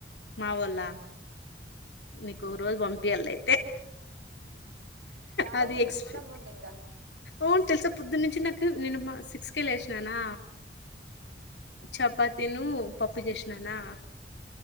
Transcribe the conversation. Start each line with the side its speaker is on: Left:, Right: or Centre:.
Left: మా వాళ నీకు ఒక రోజు పంపిఎలా అయి
Right: యాధోలే
Left: అది
Right: ఇంగ
Left: ఎక్స్పీ
Right: నిమ్ములాంగా ఉండింగా
Left: అవును తెలుసా పొద్దు నుంచి నాకు నేను మా సిక్స్ కే లేసినానా చపాతి తేను పప్పు చేసిననా